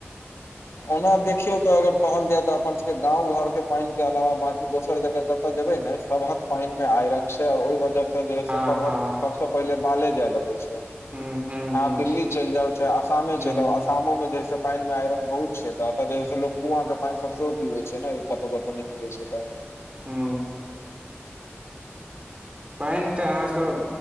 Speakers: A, on the left; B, on the right.
A: ओना देखियौ तऽ अगर कहल जाय तऽ अपन सबके गाँव घर के पानि के अलावा बांकी दोसर जगह जतय जेबै ने सबहक पानि मे आइरन छै और ओहि वजह से जे है
B: हँ
A: से सबहक
B: हँ
A: सबसे पहिले बाले जाय लगै छै
B: हूँ हूँ
A: आहाँ दिल्ली चल जाउ चाहे आसमे
B: हूँ
A: चल जाउ आसामो में जैसे पानि मे आयरन बहुत छै त तऽ जे है से लोक कुआं के पानि सब सेहो पीबै छै ने कतहु कतहु नहि मिलै छै तऽ
B: हू पानि तऽ अहाँके